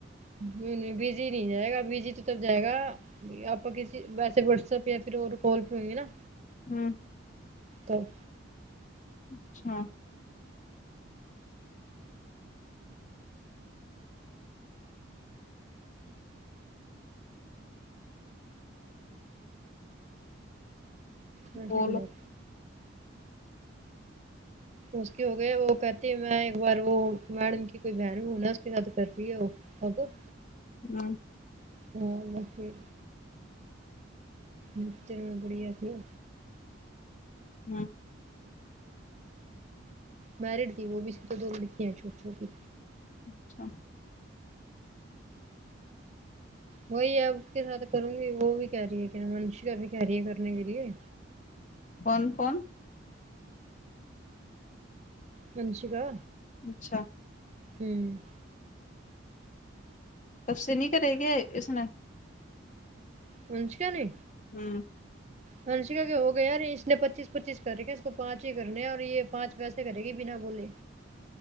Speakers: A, on the right; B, on the left.
A: نہیں نہیں بزی نہیں جائے گا بزی تو تب جائے گا آپ کو کسی وٹ سب یہ کسی اور کال پے ہوگی نہ
B: ہوں
A: تو
B: اچھا
A: ہاں
B: بولو
A: ہوں اس کی ہو گیا وہ کہتی ہے میں ایک بار وہ میڈم کی کوئی بہن بھیوں نا اس کے ساتھ کرتی ہے وہ ہ ج <unintelligible>
B: ہوں
A: ہ لق <unintelligible> اچھا بڑھیا کیا
B: ہاں
A: میرڈ تھی وہ بھی صرف تو دو لڑکیاں ہے چھوٹی چھوٹی
B: اچھا
A: وہی آپ اس کے ساتھ کروں گی وہ بھی کہہ رہی ہے کہ نہ منشی کا بھی کہہ رہی ہے کرنے کے لیے
B: کون کون
A: منشی کا
B: اچھا
A: ہوں
B: تب سے نہیں کریں گے اس میں
A: منشکا نے
B: ہوں
A: ہنسکا کہ ہو گیا ار اس نے پچیس پچیس کر رکھ ہے اس کو پانچ ہی کرنے اور یہ پانچ کیسے کرے گی بنا بولے